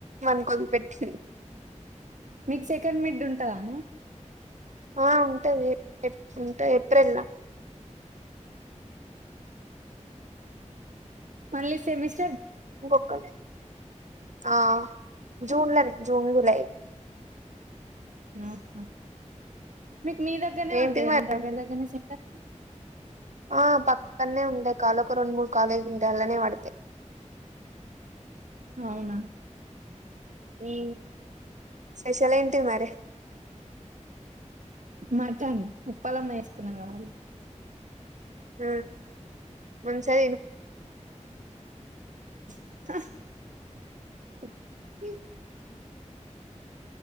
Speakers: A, on the right (about 70°); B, on the right (about 85°).
A: వన్ కదిలి పెట్టింది
B: మీకు సెకండ్ మిడ్ ఉంటదానే
A: ఆ ఉంటది ఉంటది ఏప్రిల్లో
B: మళ్ళీ సెమిస్
A: గక్క ఆ <unintelligible> జూన్లో నె జూన్ జులై
B: ఆహా మీకు మీ దగ్గరనే
A: ఏంటిది
B: పడ్తదా
A: మరి
B: దగ్గ దగ్గరనె సెంటర్
A: ఆ పక్కనే ఉండె కాాల ఒక రెండు మూడు కాలేజ్లు ఉంటాయి దాన్లోనే పడతాయి
B: అవునా
A: ఉ స్పెషల్ ఏంటి మరి
B: మటన్ ఉప్పలమ్మ వేస్తా చెన <unintelligible>
A: హ మంచిగా తిను
B: ఆ
A: <unintelligible>